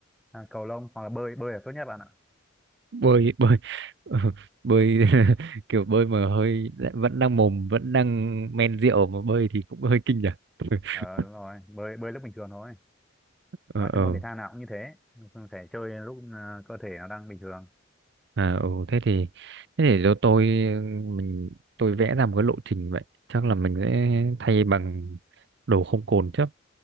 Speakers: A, in the centre; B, on the right (about 60°).
A: à, cầu lông hoặc là bơi bơi là tốt nhất bạn ạ
B: bơi bơi <laughs> bơi <laughs> kiểu bơi mà hơi vẫn đang mồm vẫn đang men rượu mà bơi thì cũng hơi kinh nhỉ <laughs>
A: ờ đúng rồi bơi bơi lúc bình thường thôi
B: ờ
A: nói
B: ờ
A: chung môn thể thao nào cũng như thế phải chơi lúc à, cơ thể nó đang bình thường
B: À, ừ, thế thì thế để cho tôi mình tôi vẽ ra một cái lộ trình vậy chắc là mình sẽ thay bằng đồ không cồn trước